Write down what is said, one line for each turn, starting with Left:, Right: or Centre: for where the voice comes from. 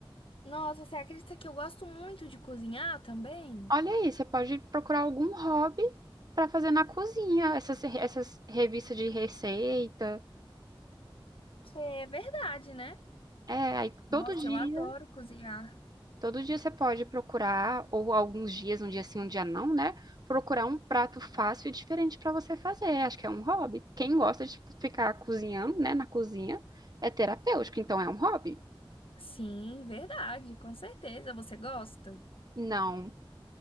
Left: Nossa, você acredita que eu gosto muito de cozinhar também?
Right: Olha aí, você pode procurar algum hobby para fazer na cozinha, essas, essas revistas de receita.
Left: Que é verdade, né?
Right: É, aí
Left: Nossa,
Right: todo dia.
Left: eu adoro cozinhar.
Right: Todo dia você pode procurar, ou alguns dias, um dia sim, um dia não, né? Procurar um prato fácil e diferente para você fazer. Acho que é um hobby. Quem gosta de ficar cozinhando, né, na cozinha, é terapêutico, então é um hobby.
Left: Sim, verdade, com certeza. Você gosta?
Right: Não,